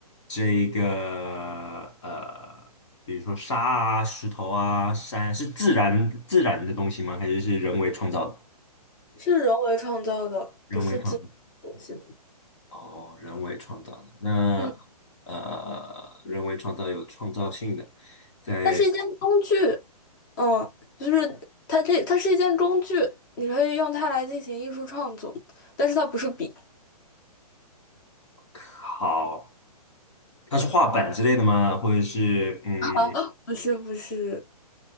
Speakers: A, on the left (about 50°); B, on the left (about 30°).
A: 这个呃，比如说沙啊、石头啊、山，是自然自然的东西吗？还是是人为创造的？
B: 是人为创造的，
A: 人为创造。
B: 不是自己东西。
A: 哦，人为创造的。那
B: 嗯，
A: 呃，人为创造有创造性的，在
B: 它是一件工具。嗯，就是它这它是一件工具，你可以用它来进行艺术创作，但是它不是笔
A: 好，它是画板之类的吗？或者是嗯，
B: 啊，<gasps> 不是不是，